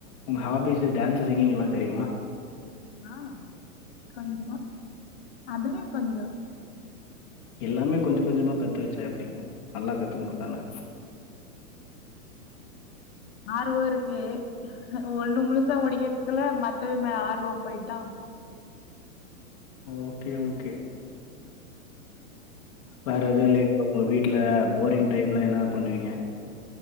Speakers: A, on the left (about 25°); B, on the left (about 45°).
A: உங்க ஹாபிஸ் டான்ஸ் சிங்கிங் எல்லா தெரியுமா
B: ஆ கொஞ்சமா அதுலயு கொஞ்சோ
A: எல்லாமே கொஞ்சோ கொஞ்சமா கத்து வச்சா எப்டிங்க நல்லா கத்துக்கறது தான
B: ஆர்வோ இருக்கு ஒன்னு முழுசா முடிக்குறதுக்குல மத்ததுல ஆர்வோ போயிடுதா
A: ஓகே ஓகே வேற எதுவு இல்லைங்ளா தோழி வீட்ல போரிங் டைம்ல என்னா பண்ணுவீங்க